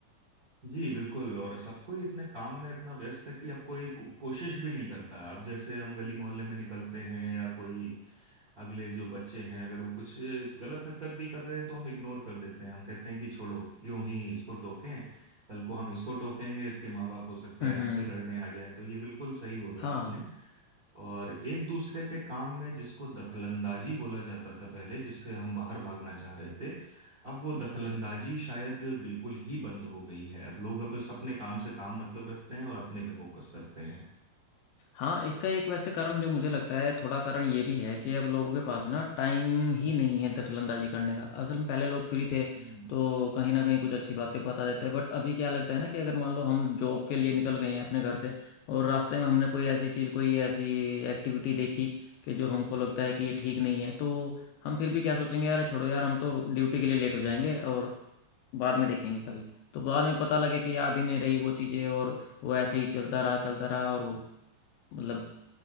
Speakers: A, on the right; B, on the left.
A: जी बिल्कुल और सब कोई इतने काम में इतना व्यस्त है कि अब कोई को, कोशिश भी नहीं करता अब जैसे हम गली मोहल्ले में निकलते हैं या कोई अगले जो बच्चे हैं अगर वो कुछ गलत हरकत भी कर रहे हैं तो हम इग्नोर कर देते हैं हम कहते हैं कि छोड़ो क्यों ही इसको टोकें कल को हम इसको टोकेंगे इसके माँ बाप हो सकता
B: हम्म
A: है हमसे
B: हम्म
A: लड़ने आ जाएं तो ये बिल्कुल सही बोला
B: हाँ
A: आपने और एक दूसरे के काम में जिसको दखलंदाजी बोला जाता था पहले जिससे हम बाहर भागना चाह रहे थे अब वो दखलंदाजी शायद बिल्कुल ही बंद हो गई है अब लोग अब बस अपने काम से काम मतलब रखते हैं और अपने पे फोकस करते हैं
B: हाँ इसका एक वैसे कारण जो मुझे लगता है थोड़ा कारण ये भी है कि अब लोगों के पास ना टाइम ही नहीं है दखलंदाजी करने का असल में पहले लोग फ्री थे
A: हम्म।
B: तो कहीं ना कहीं कुछ अच्छी बातें बता देते बट अभी क्या लगता है ना कि अगर मान लो हम जॉब के लिए निकल गए हैं अपने घर से और रास्ते में हमने कोई ऐसी चीज़ कोई ऐसी एक्टिविटी देखी कि जो हमको लगता है कि ये ठीक नहीं है तो हम फिर भी क्या सोचेंगे यार छोड़ो यार हम तो ड्यूटी के लिए लेट हो जाएंगे और बाद में देखेंगे कभी तो बाद में पता लगे कि याद ही नहीं रही वो चीज़ें और वो ऐसे ही चलता रहा चलता रहा और वो मतलब